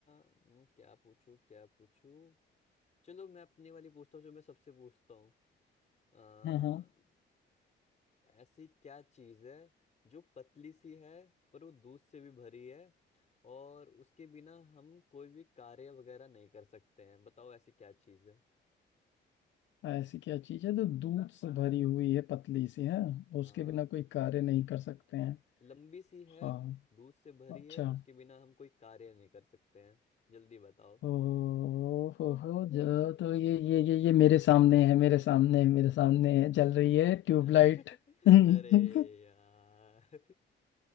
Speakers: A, on the left; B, on the left.
A: हम्म, क्या पूछूं क्या पूछूं चलो मैं अपनी वाली पूछता हूँ जो मैं सबसे पूछता हूँ अ,
B: हाँ हाँ
A: ऐसी क्या चीज़ है जो पतली सी है पर वो दूध से भी भरी है और उसके बिना हम कोई भी कार्य वगैरह नहीं कर सकते हैं बताओ ऐसी क्या चीज़
B: ऐसी क्या चीज है जो दूध से भरी हुई है पतली सी है
A: है
B: उसके बिना कोई कार्य नहीं कर सकते हैं
A: लंबी सी है
B: हाँ
A: दूध से भरी
B: अच्छा
A: है उसके बिना हम कोई कार्य नहीं कर सकते हैं जल्दी बताओ
B: ओ हो हो जो तो ये ये ये ये मेरे सामने है मेरे सामने है मेरे सामने है जल रही है
A: <laughs>
B: ट्यूबलाइट <laughs> हम्म,
A: अरे यार